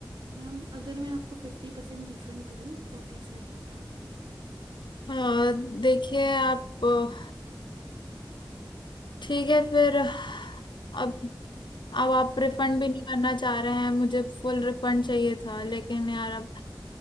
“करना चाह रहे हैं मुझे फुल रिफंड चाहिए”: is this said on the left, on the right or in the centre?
Left